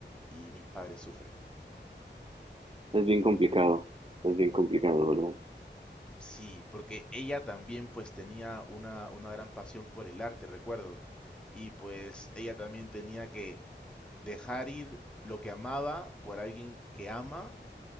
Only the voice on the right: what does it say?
es bien complicado, es bien complicado, ¿verdad?